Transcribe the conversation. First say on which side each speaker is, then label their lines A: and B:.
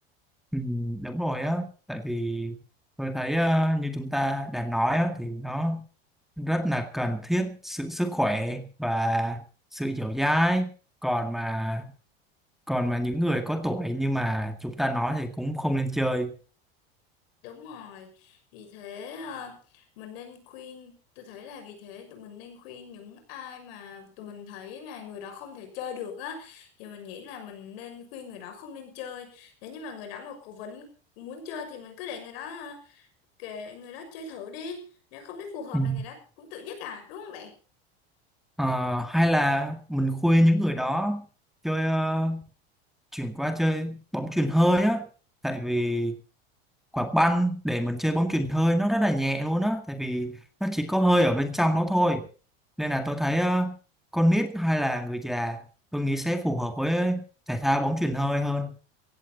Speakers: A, in the centre; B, on the left.
A: Ừ, đúng rồi á tại vì tôi thấy ờ, như chúng ta đã nói á, thì nó rất là cần thiết sự sức khỏe và sự dẻo dai còn mà còn mà những người có tuổi nhưng mà chúng ta nói thì cũng không nên chơi
B: Đúng rồi. Vì thế ờ, mình nên khuyên, tôi thấy là vì thế tụi mình nên khuyên những ai mà tụi mình thấy là người đó không thể chơi được á thì mình nghĩ là mình nên khuyên người đó không nên chơi. Nếu như mà người đó mà cố vấn muốn chơi thì mình cứ để người đó kệ người đó chơi thử đi nếu không thấy phù hợp
A: Ừ.
B: là người đó cũng tự dứt à đúng không bạn
A: Ờ, hay là mình khuyên những người đó chơi ờ, chuyển qua chơi bóng chuyền hơi á tại vì quả banh để mình chơi bóng chuyền hơi nó rất là nhẹ luôn á tại vì nó chỉ có hơi ở bên trong đó thôi nên là tôi thấy ờ, con nít hay là người già tôi nghĩ sẽ phù hợp với thể thao bóng chuyền hơi hơn